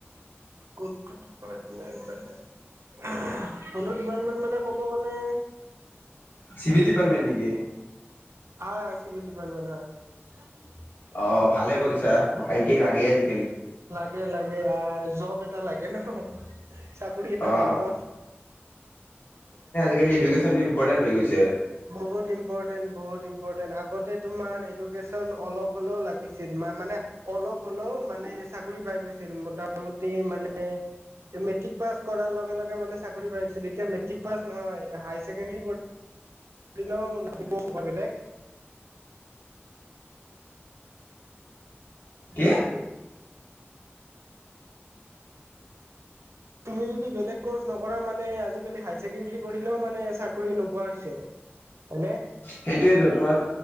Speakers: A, on the right (about 80°); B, on the left (about 50°).
A: কোনটো ডিপাৰ্টমেণ্ট মানে? কোনটো ডিপাৰ্টমেণ্ট মানে কব গলে
B: চিভিল ডিপাৰ্টমেণ্ট নেকি
A: হয় হয় চিভিল ডিপাৰ্টমেন্ট <inaudible>
B: অ ভালে কৰিছা আইকে লাগে আজি
A: লাগে লাগে আ জব এটা লাগে ন চাকৰি এটা
B: অ
A: লাগে ন
B: কালি এডুকেশ্বনটো ইম্পৰ্টেণ্ট হৈ গৈছে
A: বহুত ইম্পৰ্টেণ্ট বহুত ইম পৰ্টেণ্ট আগতে তোমাৰ এডুকেশ্বন অলপ হলেও লাগিছিল মানে অলপ হলেও মানে চাকৰি পাই গৈছিল মোটামুটি মানে মেট্ৰিক পাছ কৰাৰ লগে লগে মানে চাকৰি পাই গছিল এতিয়া মেট্ৰিক পাছ নহয় হাই ছেকেণ্ডাৰী <unintelligible> বেলেগ
B: কি?
A: তুমি যদি বেলেগ কৰ্চ নকৰা মানে আজিকালি হাই ছেকেণ্ডাৰী কৰিলেও মানে চাকৰি নোপোৱা হৈছে। হয়নে?
B: সেইটোয়েতো তোমাৰ